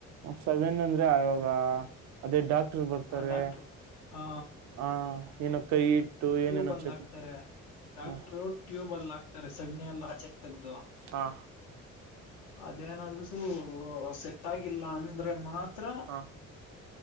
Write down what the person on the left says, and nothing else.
ಡಾಕ್ಟರ್ ಆ
ಟ್ಯೂಬ್ ಎಲ್ಲ
ಹಕ್ತಾರೆ ಡಾಕ್ಟರು
ಟ್ಯೂಬ ಅಲ್ ಹಾಕ್ ತ್ತಾರೆ ಸಗಣಿಯಲ್ಲ ಆಚೆ ಹಾಕ್ <unintelligible>
ಅದೇನಾದ್ರೂ ಸೆಟ್ ಆಗಿಲ್ಲ ಅಂದ್ರೆ ಮಾತ್ರ